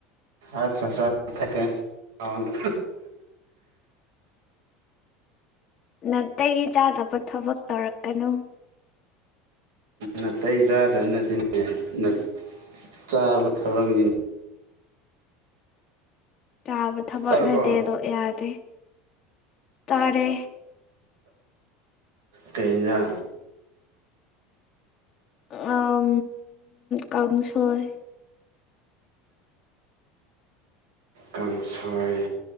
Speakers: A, on the right; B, on the left.
A: ꯑꯠꯆꯥ ꯆꯥ ꯃꯨꯠꯊꯠꯀꯦ ꯁꯥꯎꯔꯅꯨ
B: ꯅꯥꯇꯩ ꯆꯥꯗꯕ ꯊꯕꯛ ꯇꯧꯔꯛꯀꯅꯨ
A: ꯅꯥꯇꯩ ꯆꯥꯗꯕ ꯅꯠꯇꯦ ꯆꯥꯕ ꯊꯕꯛꯅꯤꯅꯦ
B: ꯆꯥꯕ ꯊꯕꯛ
A: ꯆꯥꯔꯕꯣ
B: ꯅꯠꯇꯦ ꯑꯗꯣ ꯌꯥꯗꯦ ꯇꯥꯔꯦ
A: ꯀꯩ ꯌꯦꯟꯖꯥꯡ
B: ꯑꯥ ꯀꯥꯡꯁꯣꯏ
A: ꯀꯥꯡꯁꯣꯏ